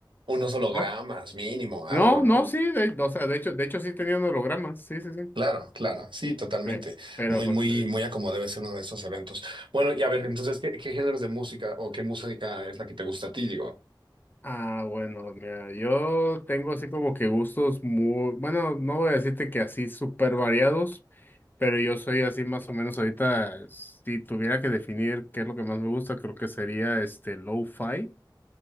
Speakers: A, on the right; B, on the left.
A: unos hologramas,
B: Ajá.
A: mínimo, algo,
B: No,
A: ¿no?
B: no, sí, de, o sea, de hecho, de hecho sí tenían hologramas, sí, sí, sí.
A: Claro, claro, sí, totalmente.
B: Pe- Pero
A: Muy,
B: pues,
A: muy, muy a como debe ser uno de esos eventos. Bueno, y a
B: sí.
A: ver, entonces, ¿qué, qué géneros de música o qué música es la que te gusta a ti? Digo,
B: Ah, bueno, mira, yo tengo así como que gustos muy, bueno, no voy a decirte que así súper variados, pero yo soy así más o menos ahorita, si tuviera que definir qué es lo que más me gusta, creo que sería este lo-fi.